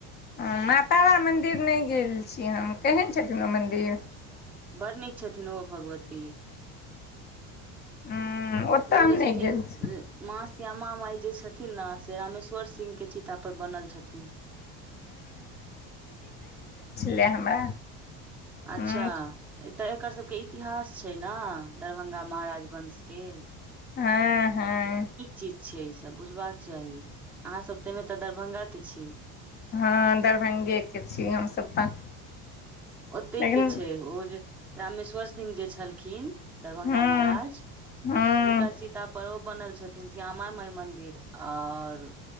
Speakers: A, on the left; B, in the centre.
A: हँ माँ तारा मन्दिर नहि गेल छी हम केहन छथिन ओ मन्दिर
B: बड़ नीक छथिन ओ हो भगवती
A: उंम्म ओतऽ
B: ओ
A: हम
B: जे छथिन
A: नहि गेल छी
B: माँ श्यामा माय जे छथिन ने से रमेश्वर सिंह के चीता पर बनल छथिन
A: लै हमरा
B: अच्छा
A: हूँ
B: ए तय एकर सभके इतिहास छै ने दरभंगा महाराज वंशके
A: हँ हँ
B: चीज छै ईसभ बुझबाक चाही अहाँसभ तऽहिमे तऽ दरभंगा के छी
A: हँ दरभंगेके छी हमसभ तऽ
B: ओतहि
A: लेकिन
B: के छै ओ जे रामेश्वर सिंह जे छलखिन दरभंगा
A: हँ
B: महाराज
A: हँ
B: हुनकर चिता पर ओ बनल छथिन श्यामा माई मंन्दिर आर